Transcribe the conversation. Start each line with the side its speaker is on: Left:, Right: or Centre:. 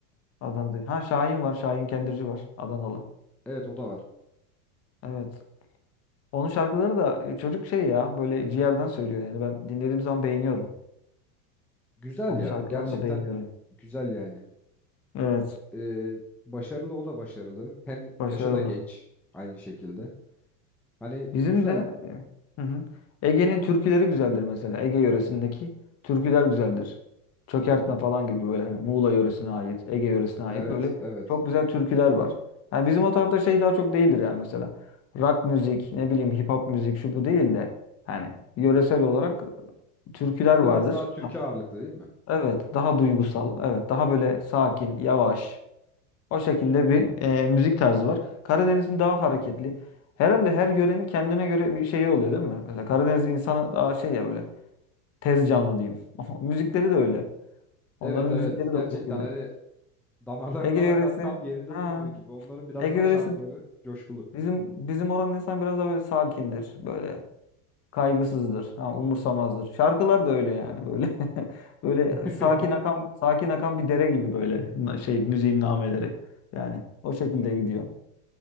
Left: Adana'da. Ha Şahin var. Şahin Kendirci var. Adanalı.
Centre: Evet o da var.
Left: Evet. Onun şarkıları da e, çocuk şey ya böyle ciğerden söylüyor yani ben dinlediğim zaman beğeniyorum.
Centre: Güzel
Left: Onun
Centre: ya.
Left: şarkılarını
Centre: Gerçekten
Left: da beğeniyorum.
Centre: güzel yani.
Left: Evet,
Centre: Ee, başarılı o da başarılı. Hem
Left: başarılı.
Centre: yaşı da genç aynı şekilde. Hani güzel.
Left: Bizim de hı hı, Ege'nin türküleri güzeldir mesela. Ege yöresindeki türküler güzeldir. Çökertme falan gibi böyle hani Muğla yöresine ait, Ege yöresine ait
Centre: Evet
Left: böyle
Centre: evet.
Left: çok güzel türküler var. Yani bizim o tarafta şey daha çok değildir yani mesela. Rock müzik, ne bileyim hip hop müzik şu bu değil de hani yöresel olarak e, türküler vardır.
Centre: Biraz daha Türkiye ağırlıklı değil mi?
Left: Evet, daha duygusal, evet, daha böyle sakin, yavaş. O şekilde bir e, müzik tarzı var. Karadeniz'in daha hareketli. Herhalde her yörenin kendine göre bir şeyi oluyor değil mi? Mesela Karadeniz insanı daha şey ya böyle tez canlı diyeyim. <laughs> Ama müzikleri de öyle. Onların
Centre: Evet evet
Left: müzikleri
Centre: gerçekten
Left: de o şekilde.
Centre: hani damarlarından
Left: Ege
Centre: akan
Left: yöresi,
Centre: kan yerinde
Left: ha,
Centre: durmuyor gibi. Onların biraz
Left: Ege
Centre: daha
Left: yöresi
Centre: şarkıları coşkulu.
Left: bizim bizim oranın insan biraz daha böyle sakindir böyle. kaygısızdır. Ha, umursamazdır. Şarkılar da öyle yani böyle. <laughs> Böyle
Centre: <laughs>
Left: sakin akan sakin akan bir dere gibi böyle na- şey müziğin nameleri. Yani o şekilde gidiyor.